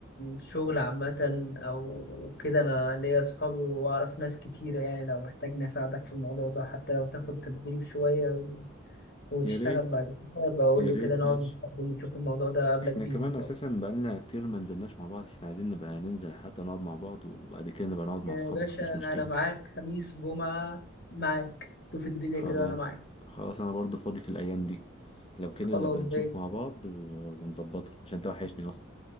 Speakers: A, on the left; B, on the left.
A: الشغل عامة او كده انا ليا صحابي واعرف ناس كتيرة يعني لو محتاجني اساعدك في الموضوع ده حتى لو تاخد تدريب شوية و... وتشتغل
B: يا ريت
A: بعد كده بقى قول
B: يا
A: لي
B: ريت
A: كده نقعد
B: ماشي
A: نتقابل نشوف الموضوع ده قبلك
B: احنا
A: بيهم
B: كمان
A: برضه
B: اساسا بقالنا كتير ما نزلناش مع بعض احنا عايزين نبقى ننزل حتى نقعد مع بعض وبعد كده نبقى نقعد مع
A: يا
B: اصحابك
A: باشا
B: مفيش مشكلة
A: انا معاك خميس جمعة معاك شوف الدنيا
B: خلاص
A: كده وانا معاك
B: خلاص انا برضو فاضي في الايام دي لو كده
A: خلاص
B: نبقى نشوف
A: زي
B: مع بعض و- ونظبطها عشان انت وحشني اصلا